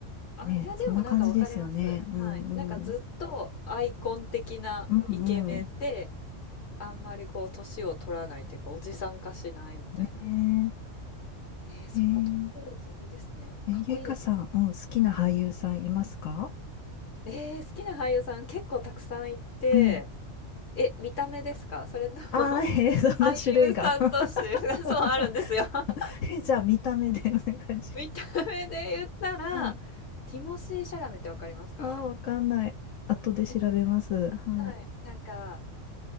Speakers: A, on the left (about 60°); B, on the left (about 85°).
A: あ、
B: ねそんな感じですよね。
A: いや、でもなんかわかります。はい。
B: うん、
A: なんかずっとアイコン的なイケメンで、
B: うん。うん、うん。
A: あんまりこう年を取らないというか、おじさん化しないみたいな。
B: ね
A: えー、そっか、
B: え、へえ
A: トム・クルーズいいですね。
B: え、
A: かっこいいですもんね。
B: ゆいかさん、うん、好きな俳優さんいますか
A: えー、好きな俳優さん結構たくさんいて、
B: うん。
A: え、見た目ですか <laughs> それとも、
B: ああ、えー、
A: <laughs>
B: <laughs> そんな種類が。
A: 俳優さんとして、
B: <laughs>
A: <laughs> そうあるんですよ。<laughs>
B: え、じゃあ、見た目でお願いし
A: 見た目で言ったら、
B: ます。はい。
A: ティモシー・シャラメってわかりますか
B: ああ、わかんない。後で調べます。
A: えっとね、
B: はい。
A: はい。なんか、